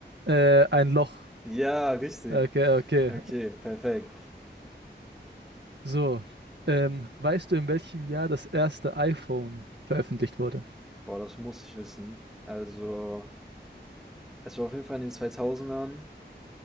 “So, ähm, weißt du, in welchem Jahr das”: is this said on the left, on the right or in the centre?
Right